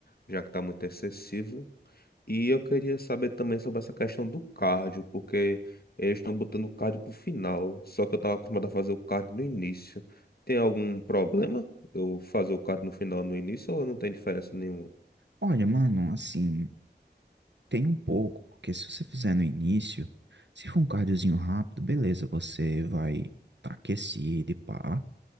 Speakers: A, on the left; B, on the right.
A: já que tá muito excessivo. E eu queria saber também sobre essa questão do cardio, porque eles estão botando o cardio pro final, só que eu tava acostumado a fazer o cardio no início. Tem algum problema eu fazer o cardio no final no início ou não tem diferença nenhuma?
B: Olha, mano, assim. Tem um pouco, porque se você fizer no início, se for um cardiozinho rápido, beleza, você vai tá aquecido e pá.